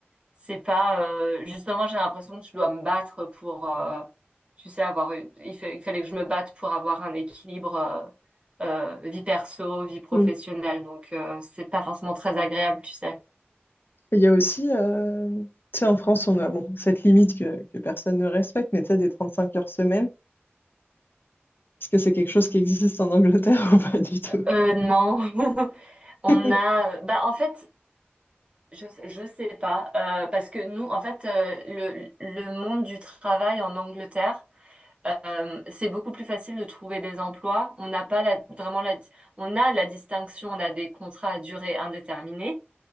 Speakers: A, on the right; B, on the left.
A: c'est pas euh, justement j'ai l'impression que je dois me battre pour euh, tu sais avoir eu- il fa- il fallait que je me batte pour avoir un équilibre euh, euh, vie perso, vie professionnelle.
B: Mm.
A: Donc euh, c'est pas forcément très agréable, tu sais.
B: Il y a aussi, euh, tu sais, en France, on a bon, cette limite que, que personne ne respecte, mais tu sais, des 35 heures semaine, est-ce que c'est quelque chose qui existe en Angleterre <laughs> ou pas du tout?
A: Euh, non, <laughs> on
B: <laughs>
A: a bah en fait Je, je sais pas, euh, parce que nous, en fait, euh, le, le monde du travail en Angleterre, Euh, c'est beaucoup plus facile de trouver des emplois. On n'a pas la- vraiment la, on a la distinction, on a des contrats à durée indéterminée.